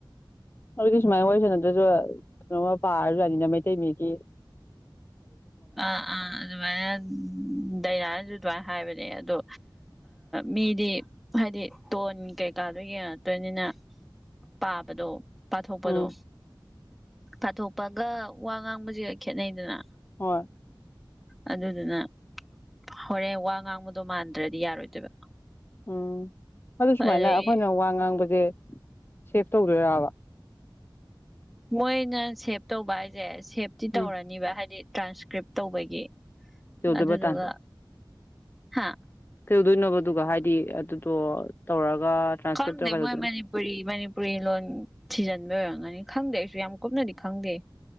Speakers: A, on the left (about 25°); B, in the centre.
A: ꯑꯗꯨꯗꯒꯤ ꯁꯨꯃꯥꯏꯅ ꯋꯥꯔꯤ ꯁꯥꯟꯅꯗ꯭ꯔꯁꯨ ꯀꯩꯅꯣꯃ ꯄꯥꯔ ꯌꯥꯅꯤꯅ ꯃꯩꯇꯩ ꯃꯤꯒꯤ
B: ꯑꯥ ꯑꯥ ꯑꯗꯨꯃꯥꯏꯅ ꯗꯥꯏꯅꯥꯅꯁꯨ ꯑꯗꯨꯃꯥꯏꯅ ꯍꯥꯏꯕ ꯑꯗꯣ ꯃꯤꯗꯤ ꯍꯥꯏꯗꯤ ꯇꯣꯟ ꯀꯩꯀꯥꯗꯣ ꯌꯦꯡꯉꯛꯇꯣꯏꯅꯤꯅ ꯄꯥꯕꯗꯣ ꯄꯥꯊꯣꯛꯄꯗꯣ
A: ꯎꯝ
B: ꯄꯥꯊꯣꯛꯄꯒ ꯋꯥ ꯉꯥꯡꯕꯁꯦ ꯈꯦꯠꯅꯩꯗꯅ
A: ꯍꯣꯏ
B: ꯑꯗꯨꯗꯨꯅ ꯍꯣꯔꯦꯟ ꯋꯥ ꯉꯥꯡꯕꯗꯣ ꯃꯥꯟꯗ꯭ꯔꯗꯤ ꯌꯥꯔꯣꯏꯗꯣꯏꯕ
A: ꯎꯝ ꯑꯗꯨ ꯁꯨꯃꯥꯏꯅ
B: ꯑꯗꯩ
A: ꯑꯩꯈꯣꯏꯅ ꯋꯥ ꯉꯥꯡꯕꯁꯨ ꯁꯦ ꯁꯦꯚ ꯇꯧꯗꯨꯢꯔꯕ
B: ꯃꯣꯏꯅ ꯁꯦꯞ ꯇꯧꯕ ꯍꯥꯏꯁꯦ ꯁꯦꯞꯇꯤ ꯇꯧꯔꯅꯤꯕ
A: ꯎꯝ
B: ꯍꯥꯏꯗꯤ ꯇ꯭ꯔꯥꯟꯁꯀ꯭ꯔꯤꯞ ꯇꯧꯕꯒꯤ
A: ꯀꯩꯗꯧꯗꯣꯏꯕ
B: ꯑꯗꯨꯗꯨꯒ
A: ꯇꯥꯟ
B: ꯍꯥꯥ
A: ꯀꯩꯗꯧꯗꯣꯏꯅꯣꯕꯗꯨ ꯍꯥꯏꯗꯤ ꯑꯗꯨꯗꯣ ꯇꯧꯔꯒ ꯇ꯭ꯔꯥꯟꯁꯀ꯭ꯔꯤꯞ
B: ꯈꯪꯗꯦ
A: ꯇꯧꯔꯒ
B: ꯃꯣꯏ
A: ꯀꯩꯗꯧꯗꯣꯏꯅꯣ
B: ꯃꯅꯤꯄꯨꯔꯤ ꯃꯅꯤꯄꯨꯔꯤ ꯂꯣꯟ ꯊꯤꯖꯤꯟꯕ ꯑꯣꯏꯔꯝꯒꯅꯤ ꯈꯪꯗꯦ ꯑꯩꯁꯨ ꯌꯥꯝ ꯀꯨꯞꯅꯗꯤ ꯈꯥꯡꯗꯦ